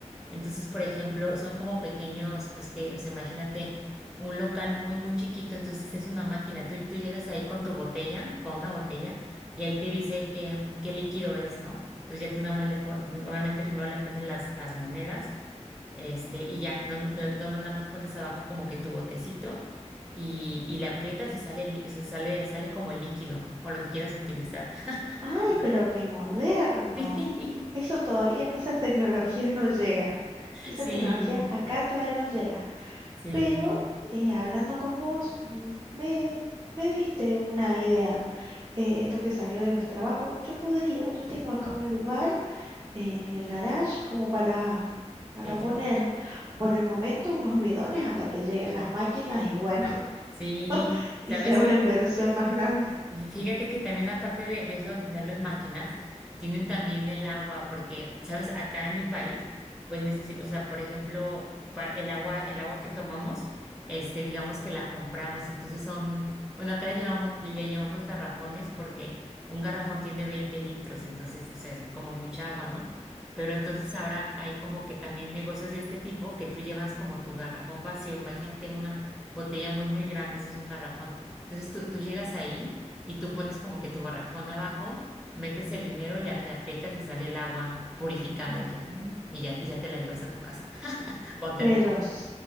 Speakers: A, in the centre; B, on the right.
A: Entonces, por ejemplo, son como pequeños, pues que, o sea, imagínate un local muy, muy chiquito, entonces es una máquina. Tú, tú llegas ahí con tu botella, con una botella, y ahí te dice qué, qué líquido es, ¿no? Entonces ya tú nada más le pones, obviamente primero le pones las, las monedas, este, y ya, no, no- no nada más pones abajo como que tu botecito y, y le aprietas y sale, el lí- o sea, sale, sale como el líquido o lo que quieras utilizar.
B: Ay,
A: ¿no?
B: pero qué moderno.
A: <laughs>
B: Qué- Eso todavía, esas tecnologías no llega. Esa
A: Sí,
B: tecnología acá todavía no llega.
A: sí,
B: Pero
A: sí,
B: eh, hablando con vos, mm, me, me diste una idea. Eh, esto que salió de los trabajos, yo podría, yo tengo acá un lugar en el garage como para, para
A: eso,
B: poner por el momento unos bidones hasta que lleguen las máquinas y bueno, <laughs>
A: sí.
B: y
A: ¿Sabes
B: sea
A: qué?
B: una inversión más grande.
A: Y Fíjate que también aparte de, de eso de tenerlo en máquinas, tienen también el agua, porque, ¿sabes? Acá en mi país, pues necesito, o sea, por ejemplo, pa- el agua, el agua que tomamos, este, digamos que la compramos, entonces son, bueno, acá le llamamos, le llamamos garrafones porque un garrafón tiene 20 litros, entonces, o sea, es como mucha agua, ¿no? Pero entonces ahora hay como que también negocios de este tipo que tú llevas como tu garrafón vacío, imagínate una botella muy, muy grande, ese es un garrafón. Entonces tú, tú llegas ahí y tú pones como que tu garrafón abajo, metes el dinero, le, le aprietas y sale el agua purificada
B: Mm.
A: y ya, mm, y ya, y ya te la llevas a tu casa. <laughs> Con termina.
B: Pero, s-